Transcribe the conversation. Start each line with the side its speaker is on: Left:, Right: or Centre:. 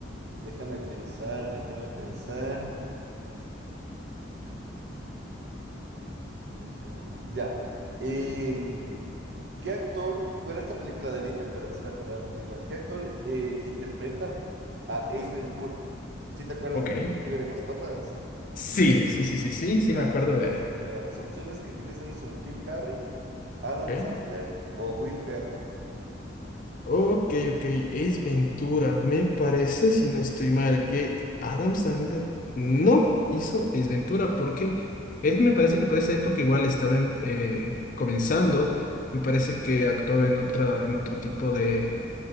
Right: Déjame pensar, déjame pensar. Tottenham. Ya. Em, ¿qué actor? Bueno, esta película de ley, ¿te acuerdas? Era cuando éramos igual. ¿Qué actor eh, interpreta a Ace Ventura? ¿Sí te acuerdas
Left: Ok.
Right: del detective de mascotas?
Left: Sí, sí, sí, sí, sí, sí
Right: Ya,
Left: me acuerdo
Right: chévere.
Left: de
Right: gracias.
Left: él.
Right: Entonces, Las opciones que tienes ahí son Jim Carrey, Adam
Left: Ok.
Right: Sandler o Will Ferrell.
Left: Ok, ok, Ace Ventura, me parece, si no estoy mal, que Adam Sandler no hizo Ace Ventura porque él me parece que por esa época igual estaba em- eh, comenzando, me parece que actuaba en otra, en otro tipo de,